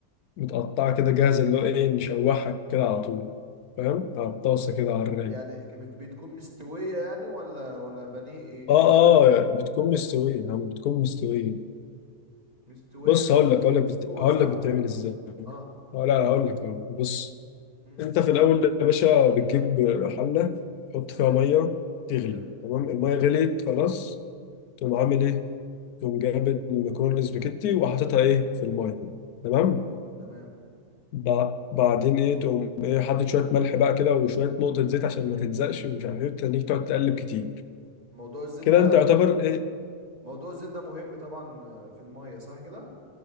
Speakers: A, on the left; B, on the right.
A: متقطعه كده جاهزه اللي هو ايه نشوحها كده على طول فاهم على الطاسه كده على الرايق
B: يعني بت- بتكون مستويه يعني ولا ولا بانيه ايه
A: اه
B: ولا فراخ ايه
A: اه بتكون مستويه يعني بتكون مستويه
B: مستويه
A: بص
B: اللي
A: هقول
B: هي
A: لك هقول لك بت...
B: مسلوقه
A: هقول
B: صح
A: لك بتعمل ازاي
B: اه
A: لا لا هقول لك هقول لك. بص
B: امم
A: انت في الاول يا باشا بتجيب حله تحط
B: تمام
A: فيها ميه تغلي
B: حلو
A: تمام الميه غليت خلاص تقوم عامل ايه تقوم جايب المكرونه الاسباجيتي وحاططها ايه في الميه تمام
B: تمام
A: بع- بعدين ايه تقوم ايه حاطط شويه ملح بقى كده وشويه نقطه زيت عشان ما تلزقش ومش عارف ايه تخليك تقعد تقلب كتير
B: موضوع الزيت
A: كده
B: ده
A: انت يعتبر
B: م-
A: ايه
B: موضوع الزيت ده مهم طبعا في الميه صح كده